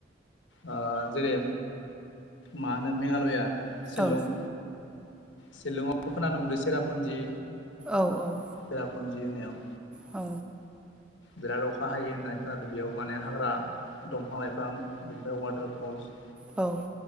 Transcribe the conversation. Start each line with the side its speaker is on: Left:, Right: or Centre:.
Left: ओ जेरै मा होनो मेघालया शिलं
Centre: औ
Left: शिलंआव खोनानो मोनदों सेरापुन्जि
Centre: औ औ
Left: जेराुजि होनाव
Centre: औ
Left: बिराद अखा हायो होननानै खोनादो बेयाव माने हाग्रा दंफां लाइफां बिनिफ्राय वाटारफल्स
Centre: औ